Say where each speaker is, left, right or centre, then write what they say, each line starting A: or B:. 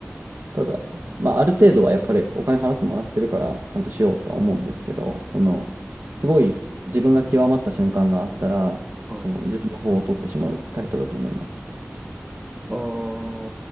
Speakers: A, on the right; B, on the right.
A: ただ、まあある程度はやっぱりお金払ってもらってるからちゃんとしようとは思うんですけど、その、すごい自分が極まった瞬間があったら、その自分の方を取ってしまうタイプだと思います。
B: はいああ、